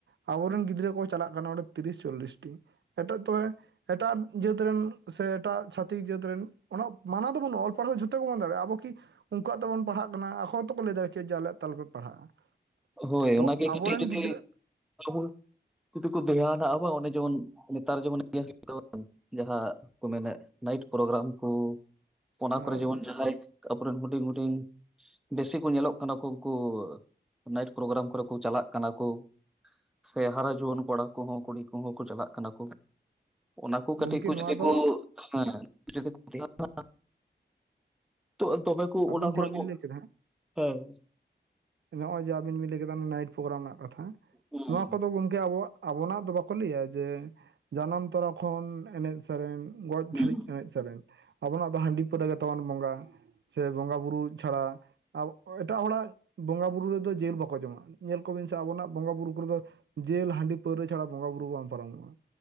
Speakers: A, on the right; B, in the centre.
A: ᱟᱵᱚᱨᱮᱱ ᱜᱤᱫᱽᱨᱟᱹ ᱠᱚ ᱪᱟᱞᱟᱜ ᱠᱟᱱᱟ ᱚᱸᱰᱮ ᱛᱤᱨᱤᱥ ᱪᱚᱞᱞᱤᱥᱴᱤ ᱮᱴᱟᱜ ᱛᱚ ᱮᱴᱟᱜ ᱡᱟᱹᱛ ᱨᱮᱱ ᱥᱮ ᱮᱴᱟᱜ ᱪᱷᱟᱹᱛᱤᱠ ᱡᱟᱹᱛ ᱨᱮᱱ ᱚᱱᱟ ᱢᱟᱱᱟ ᱫᱚ ᱵᱟᱹᱱᱩᱜᱼᱟ ᱚᱞ ᱯᱟᱲᱦᱟᱣ <unintelligible> ᱡᱷᱚᱛᱚ ᱜᱮᱵᱚᱱ ᱫᱟᱲᱮᱭᱟᱜᱼᱟ ᱟᱵᱚ ᱠᱤ ᱩᱱᱠᱩᱣᱟᱜ ᱛᱮᱵᱚᱱ ᱯᱟᱲᱦᱟᱜ ᱠᱟᱱᱟ ᱟᱠᱚ ᱦᱚᱸᱛᱚᱠᱚ ᱞᱟᱹᱭ ᱫᱟᱲᱮ ᱠᱮᱭᱟ ᱡᱮ ᱟᱞᱮᱭᱟᱜ ᱛᱮ ᱟᱞᱮ ᱯᱟᱲᱦᱟᱜᱼᱟ।
B: ᱦᱳᱭ
A: ᱛᱚ
B: ᱚᱱᱟᱜᱮ
A: ᱟᱵᱚᱨᱮᱱ
B: ᱠᱟᱹᱴᱤᱡ ᱡᱩᱫᱤ
A: ᱜᱤᱫᱽᱨᱟᱹ
B: <unintelligible> ᱟᱵᱚ ᱩᱠᱩ ᱫᱚ ᱠᱚ ᱫᱷᱮᱭᱟ ᱱᱟᱜᱼᱟ ᱵᱟ ᱚᱱᱮ ᱡᱮᱢᱚᱱ ᱱᱮᱛᱟᱨ ᱡᱮᱢᱚᱱ ᱤᱭᱟᱹ ᱦᱩᱭᱩᱜ <unintelligible> ᱛᱟᱵᱚᱱ ᱫᱚ ᱡᱟᱦᱟᱸ ᱠᱚ ᱢᱮᱱᱮᱫ ᱱᱟᱭᱤᱴ ᱯᱨᱳᱜᱨᱟᱢ ᱠᱚ ᱚᱱᱟ
A: ᱦᱮᱸ
B: ᱠᱚᱨᱮ ᱡᱮᱢᱚᱱ ᱡᱟᱦᱟᱸᱭ ᱟᱵᱚᱨᱮᱱ ᱦᱩᱰᱤᱧ ᱦᱩᱰᱤᱧ ᱵᱮᱥᱤ ᱠᱚ ᱧᱮᱞᱚᱜ ᱠᱟᱱᱟ ᱠᱚ ᱩᱱᱠᱩ ᱱᱟᱭᱤᱴ ᱯᱨᱳᱜᱨᱟᱢ ᱠᱚᱨᱮ ᱠᱚ ᱪᱟᱞᱟᱜ ᱠᱟᱱᱟ ᱠᱚ᱾ ᱥᱮ ᱦᱟᱨᱟ ᱡᱩᱣᱟᱹᱱ ᱠᱚᱲᱟ ᱠᱚᱦᱚᱸ ᱠᱩᱲᱤ ᱠᱚᱦᱚᱸ ᱠᱚ ᱪᱟᱞᱟᱜ ᱠᱟᱱᱟ ᱠᱚ᱾ ᱚᱱᱟ ᱠᱚ
A: ᱜᱚᱢᱠᱮ
B: ᱠᱟᱹᱴᱤᱡ ᱠᱚ
A: ᱱᱚᱣᱟ
B: ᱡᱩᱫᱤ
A: ᱫᱚ
B: ᱠᱚ ᱦᱮᱸ <unintelligible> ᱡᱩᱫᱤ ᱠᱚ ᱫᱷᱮᱭᱟᱱ ᱱᱟ ᱛᱚ ᱛᱚᱵᱮ ᱠᱚ
A: ᱟᱹᱵᱤᱱ
B: ᱚᱱᱟ
A: ᱡᱟᱦᱟᱸ
B: ᱠᱚᱨᱮ
A: ᱵᱤᱱ
B: ᱠᱚ
A: ᱞᱟᱹᱭ ᱠᱮᱫᱟ
B: ᱦᱮᱸ
A: ᱱᱚᱜᱼᱚᱭ ᱡᱮ ᱟᱵᱤᱱ ᱵᱤᱱ ᱞᱟᱹᱭ ᱠᱮᱫᱟ ᱱᱟᱭᱤᱴ ᱯᱨᱳᱜᱨᱟᱢ ᱨᱮᱱᱟᱜ ᱠᱟᱛᱷᱟ
B: ᱦᱩᱸ
A: ᱱᱚᱣᱟ ᱠᱚᱫᱚ ᱜᱚᱝᱠᱮ ᱟᱵᱚᱣᱟᱜ ᱟᱵᱚᱱᱟᱜ ᱫᱚ ᱵᱟᱠᱚ ᱞᱟᱹᱭᱟ ᱡᱮ ᱡᱟᱱᱟᱢ ᱛᱚᱨᱟ ᱠᱷᱚᱱ ᱮᱱᱮᱡ ᱥᱮᱨᱮᱧᱼᱼ ᱜᱚᱡ
B: ᱦᱩᱸ
A: ᱫᱷᱟᱹᱨᱤᱡ ᱮᱱᱮᱡ ᱥᱮᱨᱮᱧ। ᱟᱵᱚᱱᱟᱜ ᱫᱚ ᱦᱟᱺᱰᱤ ᱯᱟᱹᱣᱨᱟᱹ ᱜᱮ ᱛᱟᱵᱚᱱ ᱵᱚᱸᱜᱟ ᱥᱮ ᱵᱚᱸᱜᱟ ᱵᱩᱨᱩ ᱪᱷᱟᱲᱟ ᱮᱴᱟᱜ ᱦᱚᱲᱟᱜ, ᱵᱚᱸᱜᱟᱼᱵᱩᱨᱩ ᱨᱮᱫᱚ ᱡᱮᱞ ᱵᱟᱠᱚ ᱡᱚᱢᱟ ᱧᱮᱞ ᱠᱚᱵᱤᱱ ᱥᱮ ᱟᱵᱚᱱᱟᱜ ᱵᱚᱸᱜᱟᱼᱵᱩᱨᱩ ᱠᱚᱨᱮ ᱫᱚ, ᱡᱮᱞ ᱦᱟᱺᱰᱤ ᱯᱟᱹᱣᱨᱟᱹ ᱪᱷᱟᱲᱟ ᱵᱚᱸᱜᱟ ᱵᱩᱨᱩ ᱵᱟᱝ ᱯᱟᱨᱚᱢᱚᱜᱼᱟ